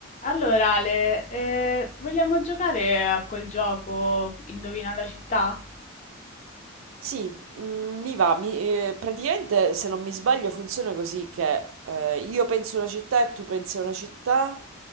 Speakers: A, on the left; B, on the right.
A: Allora, Ale, eh, vogliamo giocare a quel gioco Indovina la città?
B: Sì, mm, mi va, mi- eh, praticamente se non mi sbaglio funziona così che eh, io penso una città e tu pensi a una città